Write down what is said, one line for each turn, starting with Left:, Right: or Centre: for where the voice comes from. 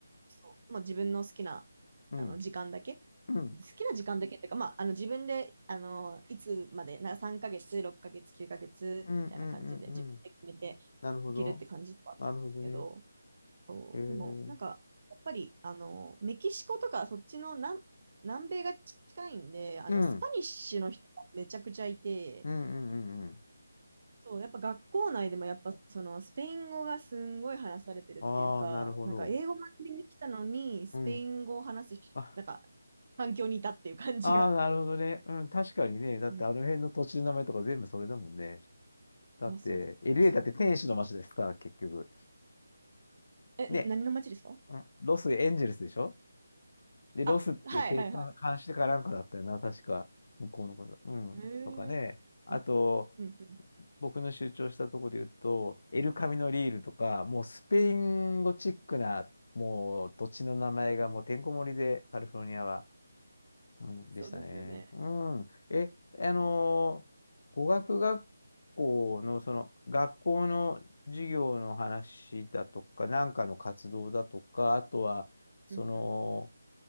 Right: そう、もう自分の好きなあの時間だけ、
Left: うん、うん、うん、
Right: 好きな時間だけっていうか、まあ、あの自分であのいつまで、なんか3ヶ月、6ヶ月、9ヶ月みたいな感じで自分で決めて
Left: うん、うん、うん。なるほど。
Right: いけるって感じだったんですけど、
Left: なるほどね。
Right: そう、
Left: へえ、うん、
Right: でも、なんか、やっぱり、あの、メキシコとか、そっちの南、南米が近いんで、あの、
Left: うん、
Right: スパニッシュの人がめちゃくちゃいて、
Left: うん、うん。うん
Right: そう、やっぱ学校内でも、やっぱ、その、スペイン語がすんごい話されてるっていうか、
Left: ああ、なるほど。
Right: なんか、英語学びに来たのに、スペイン語を話すし、
Left: うんあ、
Right: なんか、環境にいたっていう感じが。
Left: ああ、なるほどね。うん、確かにね。だってあの辺の土地の名前とか全部それだもんね。
Right: うん。
Left: だって、
Right: いや、そうなんですよ。
Left: LA だって天使の街でさ、結局。
Right: え、
Left: ね。
Right: な、何の街ですか
Left: うんロス、エンジェルスでしょで、
Right: あ、
Left: ロスって定冠、
Right: はいはいは
Left: 監視かなんかだったよな、確か。向こうのこと。うん。
Right: い。へえ。
Left: とかね。あと、
Right: あ、うんうん。
Left: 僕の主張したところで言うと、エルカミノリールとか、もうスペイン語チックな、もう土地の名前がもうてんこ盛りで、カリフォルニアは。うん、
Right: そうですよね。
Left: でしたね。うん。え、あのー語学学校の、
Right: えー
Left: その、学校の授業の話だとか、なんかの活動だとか、あとは、その、
Right: うんうん